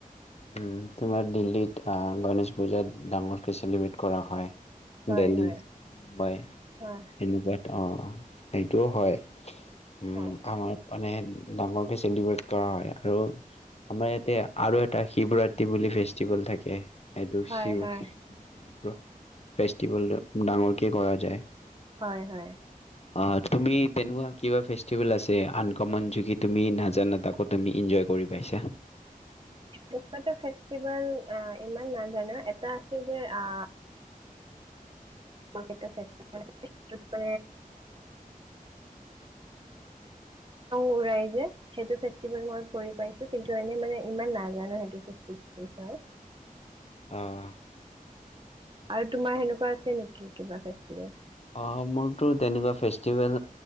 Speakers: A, on the left; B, on the right.
A: উম তোমাৰ দিল্লীত আহ গণেশ পূজাত ডাঙৰকে চেলিব্ৰেট কৰা হয়
B: হয়
A: দেলহী
B: হয়
A: মুম্বাই
B: হয়
A: সেনেকুৱাত অ সেইটোও হয় উম
B: হয়
A: আমাৰ মানে ডাঙৰকে চেলিব্ৰেট কৰা হয় আৰু আমাৰ ইয়াতে আৰু এটা শিৱৰাত্ৰি বুলি ফেষ্টিভেল থাকে সেইটো
B: হয় হয়
A: ফেষ্টিভেল ডাঙৰকে কৰা যায়
B: হয় হয়
A: অ তুমি তেনেকোৱা কিবা ফেষ্টিভেল আছে আনকমন যিটো তুমি নাজানা তাকো তুমি এনজই কৰি পাইছা।
B: তেনেকোৱাটো ফেষ্টিভেল অ ইমান নাজানো এটা আছে যে আ এইটো কি পটং উৰাই যে সেইটো ফেষ্টিভেল মই কৰি পাইছোঁ কিন্তু এনেই মানে ইমান নাজানো সেইটো ফেচটিভেল বিষয়ে
A: আহ
B: আৰু তোমাৰ সেনেকুৱা আছে নেকি কিবা কে একেবায়
A: অ মোৰতো তেনেকুৱা ফেষ্টিভেল